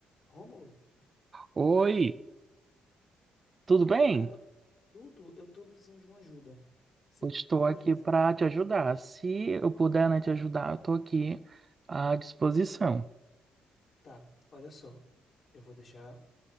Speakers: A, on the left; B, on the right.
A: Rômulo,
B: Oi, tudo bem?
A: cara, tudo, eu tô precisando de uma ajuda. Você
B: Eu estou
A: pode
B: aqui
A: me ajudar?
B: para te ajudar. Se eu puder, né, te ajudar, eu estou aqui à disposição.
A: Tá, olha só. Eu vou deixar